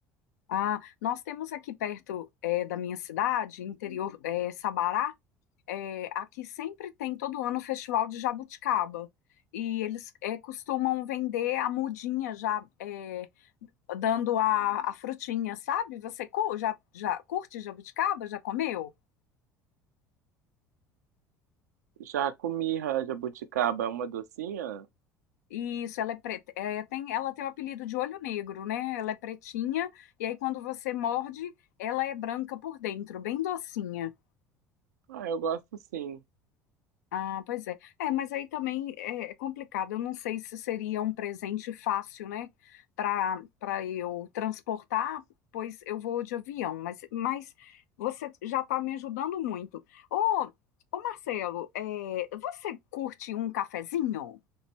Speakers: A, on the left; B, on the right.
A: Ah, nós temos aqui perto eh, da minha cidade, interior eh, Sabará, eh, aqui sempre tem todo ano o Festival de Jabuticaba. E eles eh, costumam vender a mudinha já eh, dando a, a frutinha, sabe? Você cu- já, já curte jabuticaba? Já comeu?
B: Já comi ra- jabuticaba, é uma docinha?
A: Isso, ela é preta, eh, tem, ela tem o apelido de olho negro, né? Ela é pretinha, e aí quando você morde, ela é branca por dentro, bem docinha.
B: Ah, eu gosto sim.
A: Ah, pois é. É, mas aí também é é complicado. Eu não sei se seria um presente fácil, né, para para eu transportar, pois eu vou de avião. Mas, mas você já está me ajudando muito. Ô, ô Marcelo, é, você curte um cafezinho?